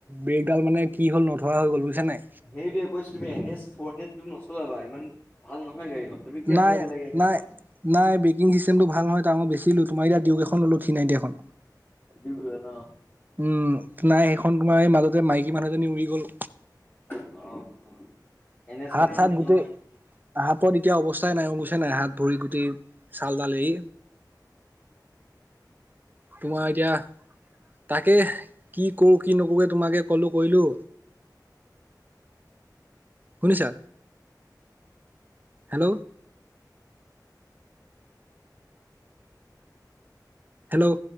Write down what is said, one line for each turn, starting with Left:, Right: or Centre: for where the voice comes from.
Right: ব্ৰেকডাল মানে কি হ'ল নধৰা হৈ গল বুইছা নাই।
Left: সেইটৱে কৈছো তুমি এন এছ ফ' হাড্ৰেডটো নচলাবা, ইমান ভাল নহয় গাড়ীখন। তুমি কিয়
Right: নাই
Left: চলাব লাগে এন এছখন
Right: নাই নাই ব্ৰেকিং চিছটেমটো ভাল হয়, ত মই বেছিলো তোমাৰ এতিয়া ডিউক এখন ললো থ্ৰী নাইনটী এখন।
Left: দুই ন অ
Right: উম নাই সেইখন তোমাৰ এই মাজতে মাইকী মানুহ এজনী উৰি গল।
Left: অহ অ। এছখন
Right: হাত
Left: ইমান
Right: চাত
Left: ভাল
Right: গোটেই
Left: নহয়
Right: হাতত এতিয়া অৱস্থাই নাই বুইছা নাই হাত ভৰি গোটেই চাল তাল এৰি। তোমাৰ এতিয়া তাকে কি কৰো কি নকৰো কে তোমাকে কলো কৰিলো। শুনিছা? হেল্ল। হেল্ল'